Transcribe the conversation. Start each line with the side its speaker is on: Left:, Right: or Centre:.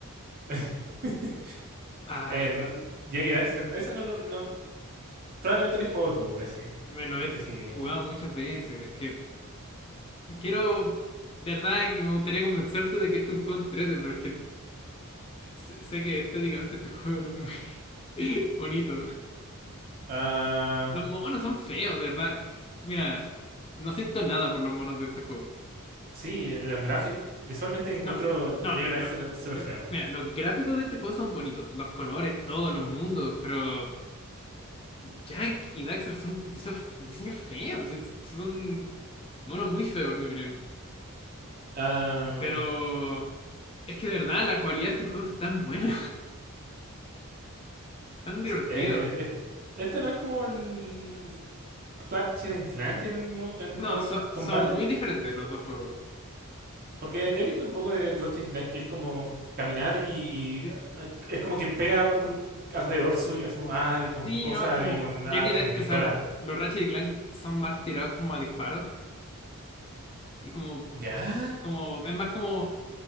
Right: <laughs>
Left: Ay,
Right: Eh, no- ya que Daxter, ese no, no, no- probablemente lo he jugado tú, ese,
Left: me lo
Right: el
Left: he
Right: que sigue.
Left: jugado muchas veces. Es que quiero. De verdad que me gustaría convencerte de que este es un juego entrete, pero es que sé sé que estéticamente este <laughs> juego no es muy <laughs> bonito.
Right: ah
Left: Los monos son feos, de verdad. Mira, no siento nada por los monos de este juego.
Right: Sí, los gráficos. Visualmente encuentro
Left: No,
Right: Jack
Left: no, mira,
Right: and Daxter
Left: lo-
Right: súper
Left: el-
Right: feo.
Left: mira, los gráficos de este juego son bonitos, los colores, todos los mundos, pero Jack y Daxter son diseños, diseños feos, es- son monos muy feos, en mi opinión.
Right: Ah,
Left: Pero es que de verdad la jugabilidad de este juego es tan buena, <laughs> tan divertido.
Right: eh, eh, este no es como el Ratchet and Clank en, mo- en-
Left: No,
Right: como en
Left: so-
Right: combate.
Left: son muy diferentes los dos juegos.
Right: Porque he visto un poco de Ratchet and Clank que es como caminar y,
Left: Di-
Right: y, ah, es como que pega un alrededor suyo, así como, ah, y con
Left: Sí,
Right: cosas
Left: no, es como
Right: y con,
Left: Jack
Right: ah,
Left: y Daxter,
Right: con pistola.
Left: o sea, como los Ratchet y Clank son más tirados como a disparos y como,
Right: ¿Ya?
Left: como, es más como